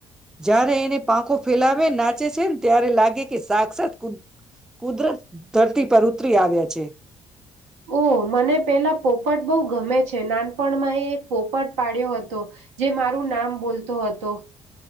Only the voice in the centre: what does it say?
જ્યારે એને પાંખો ફેલાવે નાચે છે. ત્યારે લાગે કે સાક્ષાત કુ કુદરત ધરતી પર ઉતરી આવ્યા છે.